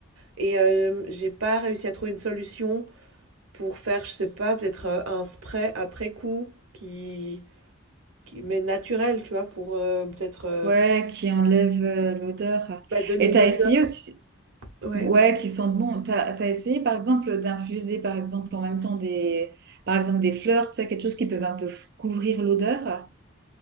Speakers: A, on the right; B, on the right.
A: et euh, j'ai pas réussi à trouver une solution pour faire, je sais pas, peut-être euh, un spray après coup qui, qui mais naturel, tu vois, pour euh, peut-être euh,
B: Ouais, qui enlève euh, l'odeur.
A: bah, donner
B: Et
A: une
B: t'as
A: odeur.
B: essayé aussi,
A: Ouais,
B: ouais, qui sentent bon. T'as, t'as essayé, par exemple, d'infuser, par exemple, en même temps des, par exemple, des fleurs, tu sais, quelque chose qui peut un peu couvrir l'odeur.